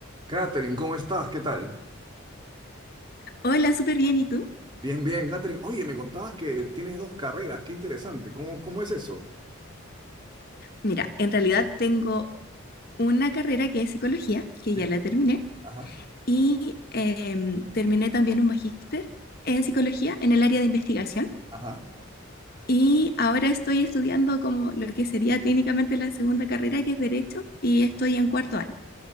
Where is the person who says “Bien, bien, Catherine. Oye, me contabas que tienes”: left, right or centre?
Right